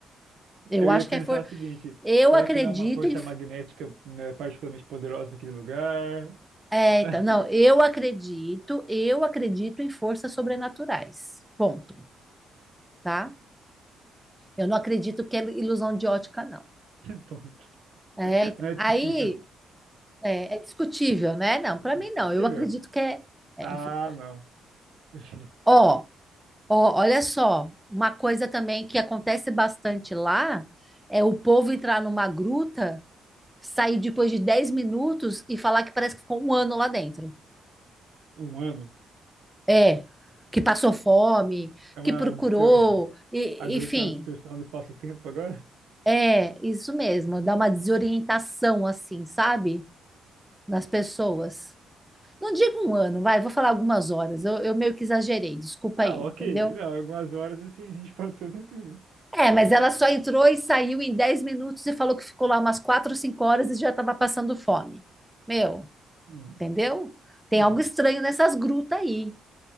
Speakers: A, in the centre; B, on the right (about 75°).
A: Eu
B: Eu
A: acho
B: ia pensar
A: que é for...
B: o seguinte:
A: Eu
B: será
A: acredito
B: que não é uma força
A: em.
B: magnética né, particularmente poderosa naquele lugar?
A: É,
B: <laughs>
A: então, não, eu acredito, eu acredito em forças sobrenaturais. Ponto, tá? Eu não acredito que é ilusão de ótica, não.
B: Ponto.
A: É, então,
B: Não é
A: aí
B: discutível.
A: é, é discutível, né? Não, para
B: É
A: mim
B: discutível?
A: não. Eu acredito que é, é,
B: Ah,
A: enfim.
B: não. <laughs> Enfim,
A: Ó, ó, olha só, uma coisa também que acontece bastante lá é o povo entrar numa gruta, sair depois de 10 minutos e falar que parece que ficou um ano lá dentro.
B: Um ano.
A: É, que passou fome,
B: É uma
A: que procurou,
B: distor...
A: e-
B: a gruta
A: enfim.
B: é uma distorção do espaço-tempo agora?
A: É, isso mesmo, dá uma desorientação assim, sabe? Nas pessoas. Não digo um ano, vai, vou falar algumas horas. Eu, eu meio que exagerei, desculpa
B: Ah,
A: aí,
B: ok.
A: entendeu?
B: Não, algumas horas assim a gente pode também entender.
A: É, mas ela só entrou e saiu em 10 minutos e falou que ficou lá umas 4 ou 5 horas e já estava passando fome. Meu,
B: Hum,
A: entendeu? Tem
B: hum.
A: algo estranho nessas grutas aí.